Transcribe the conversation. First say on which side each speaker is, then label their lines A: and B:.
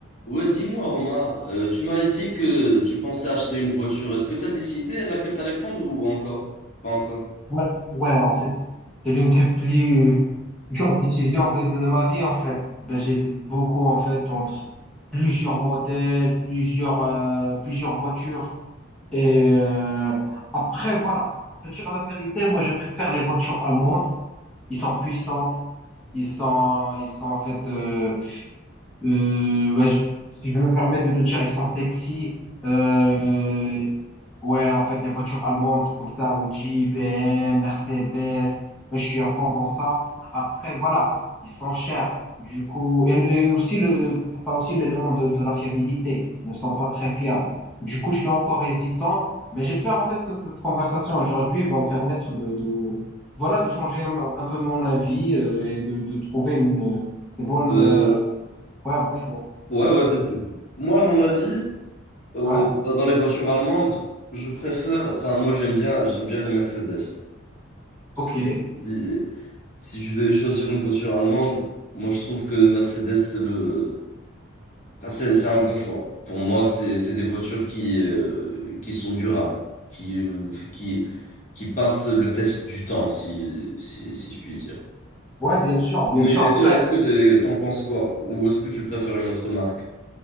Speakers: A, on the left; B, in the centre.
A: Ouais, dis-moi, Omar, euh, tu m'avais dit que tu pensais acheter une voiture. Est-ce que tu as décidé laquelle t'allais prendre ou encore? Pas encore.
B: Ouais, ouais, en fait, c'est l'une des plus dures décisions de, de, de ma vie, en fait. Ben, j'hésite beaucoup, en fait, entre plusieurs modèles, plusieurs, euh, plusieurs voitures. Et euh, après, voilà, pour te dire la vérité, moi, je préfère les voitures allemandes. Ils sont puissantes. Ils sont, ils sont en fait, euh, euh, ouais, je- si je me permets de le dire, ils sont sexy. Euh, ouais, en fait, les voitures allemandes comme ça, Audi, BM, Mercedes, moi, je suis à fond dans ça. Après, voilà, ils sont chers. Du coup, et le- aussi le, t'as aussi l'élément de, de la fiabilité. Ils ne sont pas très fiables. Du coup, je suis encore hésitant, mais j'espère en fait que cette conversation aujourd'hui va me permettre de, de, voilà, de changer un, un peu mon avis euh, et de, de trouver une, une bonne
A: Euh,
B: euh, Ouais, un bon choix.
A: ouais, ouais, bien sûr. Moi, à mon avis, euh,
B: Ouais,
A: bah, dans les voitures allemandes, je préfère, enfin, moi, j'aime bien, j'aime bien les Mercedes. Si,
B: ok.
A: si, si tu devais choisir une voiture allemande, moi, je trouve que Mercedes, c'est le, Enfin, c'est c'est un bon choix. Pour moi, c'est c'est des voitures qui euh, qui sont durables, qui euh, qui qui passent le test du temps, si si si je puis dire.
B: Ouais, bien sûr, bien
A: Mais
B: sûr. Après,
A: toi, est-ce que t'es- t'en penses quoi? Ou est-ce que tu préfères une autre marque?